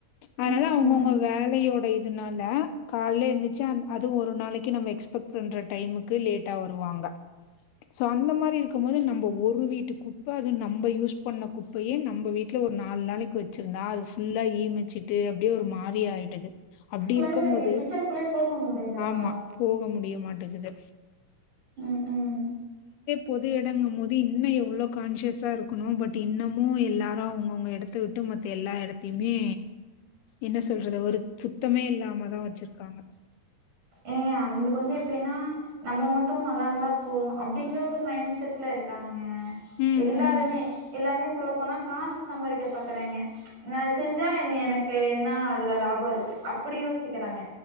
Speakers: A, on the left (about 90°); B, on the right (about 55°).
A: அதனால
B: ம்
A: அவங்கவுங்களோட
B: ம் ம்
A: வேலையோட இதுனால காலைல எந்துச்சா அ அதுவு ஒரு நாளைக்கு நம்ம எக்ஸ்பெக்ட் பண்ற டைமுக்கு லேட்டா வருவாங்க சோ அந்த மாரி இருக்கு போது நம்ம ஒரு வீட்டு குப்ப அது நம்ம யூஸ் பண்ண குப்பையே நம்ம வீட்ல ஒரு நாலு நாளைக்கு வெச்சிருந்தா அது ஃபுல்லா ஈமிச்சுட்டு அப்டியே ஒரு மாறி ஆயிடுது அப்டி
B: ஸ்மெல்
A: இருக்கும்
B: அடிக்கு
A: போது
B: கிச்சனுக்குள்ளயே போக முடியலப்பா
A: ஆமா போக முடியமாட்டேக்குது
B: ம் ம்
A: பொது எடங்கும்போது இன்னு எவ்ளோ கான்சியஸா இருக்கணு பட் இன்னமு எல்லாரு அவுங்கவுங்க எடத்த விட்டு மத்த எல்லா எடத்தையுமே என்ன சொல்றது ஒரு சுத்தமே இல்லாமதா வெச்சிருக்க காங்க
B: ஏங்க அவங்களுக்கு வந்து எப்டின்னா நம்ம மட்டு நல்லா இருந்தா போது அப்பிடிங்கற ஒரு மைண்ட்செட்ல இருக்காங்க
A: ம்
B: எல்லாருமே
A: ம்
B: எல்லாமே சொல்லப்போனா காசு சம்பாதிக்க பாக்குறாங்க நா செஞ்சா எனக்கு என்ன அதுல லாபோ இருக்கு அப்பிடி யோசிக்கிறாங்க